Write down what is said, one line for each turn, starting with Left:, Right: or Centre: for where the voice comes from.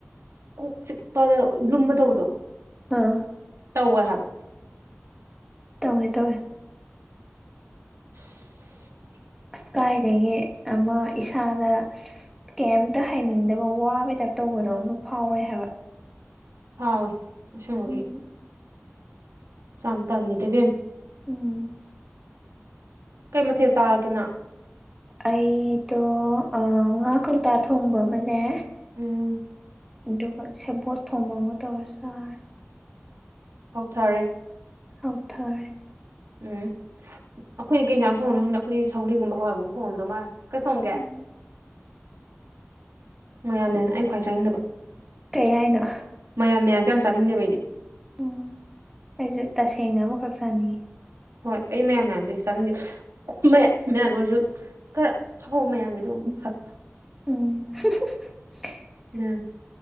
Right: ꯀꯣꯛ ꯆꯤꯛꯄꯗ ꯂꯨꯝꯕ ꯇꯧꯕꯗꯣ
Centre: ꯑꯥ
Right: ꯇꯧꯋꯦ ꯍꯥꯏꯕ
Centre: ꯇꯧꯋꯦ ꯇꯧꯋꯦ
Right: ꯑ꯭ꯁ
Centre: ꯑꯁꯀꯥꯏꯗꯒꯤ ꯑꯃ ꯏꯁꯥꯗ ꯀꯩꯝꯇ ꯍꯥꯏꯅꯤꯡꯗꯕ ꯋꯥꯕꯩ ꯇꯥꯏꯞ ꯇꯧꯕꯗꯣ ꯑꯃ ꯐꯥꯎꯋꯦ ꯍꯥꯏꯕ
Right: ꯍꯥꯎꯋꯦ ꯑꯁꯦꯡꯕꯒꯤ
Centre: ꯎꯝ
Right: ꯌꯥꯝ ꯇꯜꯂꯦꯗ ꯏꯕꯦꯝꯃ
Centre: ꯎꯝ
Right: ꯀꯩ ꯃꯊꯦꯜ ꯆꯥꯔꯒꯦ ꯅꯪ
Centre: ꯑꯩꯗꯣ ꯉꯥ ꯀꯧꯇꯥ ꯊꯣꯡꯕ ꯑꯃꯅꯦ
Right: ꯎꯝ
Centre: ꯑꯗꯨꯒ ꯁꯦꯕꯣꯠ ꯊꯣꯡꯕ ꯑꯃ ꯇꯧꯔ ꯆꯥꯏ
Right: ꯍꯧꯊꯔꯦ
Centre: ꯍꯧꯎꯊꯔꯦ
Right: ꯎꯝ ꯑꯩꯈꯣꯏꯗꯤ ꯀꯩꯖꯥꯡꯅ ꯊꯣꯡꯉꯝꯗꯣꯏꯅꯣ ꯈꯪꯗ ꯑꯩꯈꯣꯏꯗꯤ ꯁꯧ꯭ꯔꯤꯒꯨꯝꯕ ꯍꯋꯥꯏꯒꯨꯝꯕ ꯊꯣꯡꯉꯝꯗꯧ ꯃꯥꯜꯂꯦ ꯀꯩ ꯊꯣꯡꯒꯦ
Centre: ꯎꯝ
Right: ꯃꯌꯥꯟ ꯃꯌꯥꯟ ꯑꯩꯅ ꯈ꯭ꯋꯥꯏ ꯆꯥꯅꯤꯡꯗꯕ
Centre: ꯀꯩ ꯍꯥꯏꯅꯣ
Right: ꯃꯌꯥꯟ ꯃꯌꯥꯟꯁꯦ ꯌꯥꯝ ꯆꯥꯅꯤꯡꯗꯦꯕ ꯑꯩꯗꯤ
Centre: ꯎꯝ ꯑꯩꯁꯨ ꯇꯁꯦꯡꯅ ꯑꯃꯈꯛ ꯆꯥꯅꯤꯡꯉꯤ
Right: ꯍꯣꯏ ꯑꯩ ꯃꯌꯥꯝ ꯃꯌꯥꯝꯁꯦ ꯆꯥꯅꯤꯡꯁꯦ ꯃꯌꯥꯝ ꯑꯣꯏꯔꯁꯨ ꯈꯔ ꯑꯍꯥꯎꯕ ꯃꯌꯥꯝ ꯑꯣꯏꯗꯤ ꯑꯃꯨꯛ ꯐꯕ
Centre: ꯎꯝ ꯍꯝ <unintelligible>
Right: ꯃ